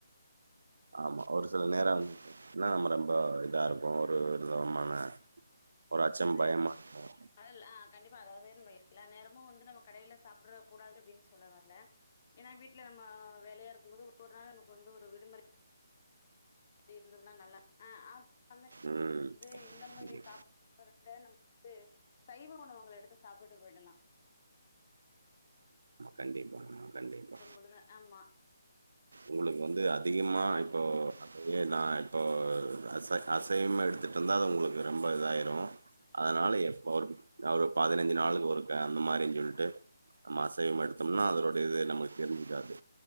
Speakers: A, on the right; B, on the left.
A: ஆமா ஒரு சில நேரம் வந்து என்னா நம்ம ரொம்ப இதா இருக்கும் ஒரு விதமான ஒரு அச்சம்
B: அதாவது
A: பயமா இருக்கு
B: அதல்ல ஆஹ் கண்டிப்பா அதாவது நம்ம எல்லா நேரமும் வந்து நம்ம கடையில சாப்ட்டு சாப்ட கூடாது அப்டின்னு சொல்ல வரல ஏன்னா வீட்டுல நம்ம வேலையா இருக்கும் போது ஒரு நாள் நமக்கு வந்து ஒரு விடுமுறை அப்டி இருந்திருந்த நல்லா ஆஹ் அப் அந்த
A: ம்.
B: வந்து இந்த மாதிரி
A: கண்டிப்
B: சாப் போறதா விட நம்ம வந்து சைவ உணவங்களை எடுத்து சாப்பிட்டு போயிடலாம்
A: கண்டிப்பா ஆஹ் கண்டிப்பா
B: பொழுது ஆமா
A: உங்களுக்கு வந்து அதிகமா
B: ஆ
A: இப்போ ஏ நான் இப்போ அச அசைவம் எடுத்துட்டு இருந்தா அது உங்களுக்கு ரொம்ப இதாயிடும் அதனால எப் ஒரு ஒரு பதினஞ்சு நாளுக்கு ஒருக்க அந்த மாரின்னு சொல்லிட்டு மாசம் மாசம் எடுத்தோம்னா அதோடைய இது நமக்கு தெரிஞ்சுக்காது